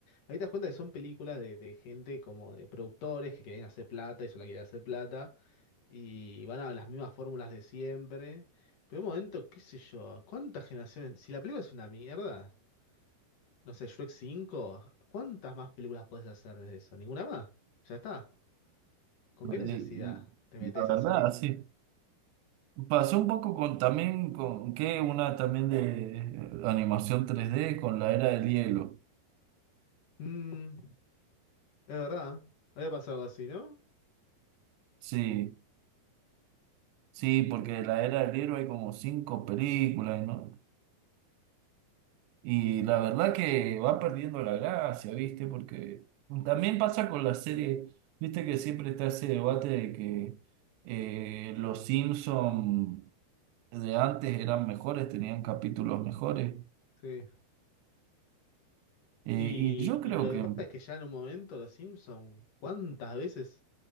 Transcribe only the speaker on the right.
Eh,
La
verdad,
sí. Pasó un poco con también, con que una también de eh, animación tres d con la era del hielo,
sí. Sí, porque la era del libro hay como cinco películas, ¿no? Y la verdad que va perdiendo la gracia, ¿viste? Porque también pasa con las series, ¿viste? Que siempre está ese debate de que eh, los Simpson de antes eran mejores, tenían capítulos mejores.
Eh,
y yo
creo
que,